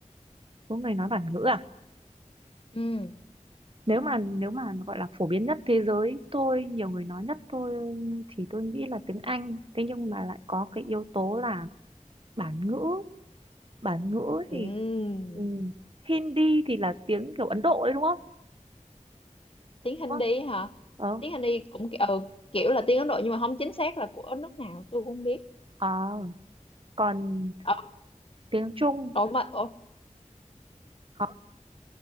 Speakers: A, on the right; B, on the left.
A: Có người nói bản ngữ à?
B: ừ.
A: nếu mà nếu mà gọi là phổ biến nhất thế giới tôi nhiều người nói nhất tôi thì tôi nghĩ là tiếng Anh thế nhưng
B: Ừ.
A: mà lại có cái yếu tố là bản ngữ bản ngữ
B: Ừ.
A: thì ừm, Hindi thì là tiếng kiểu Ấn Độ đấy đúng không
B: tiếng Hindi
A: đúng không
B: hả
A: ờ
B: tiếng Hindi cũng ki- ừ, kiểu là tiếng Ấn Độ nhưng mà không chính xác là của nước nào tôi cũng không biết
A: à, còn
B: ờ,
A: tiếng Trung
B: ủa mà ủa
A: hả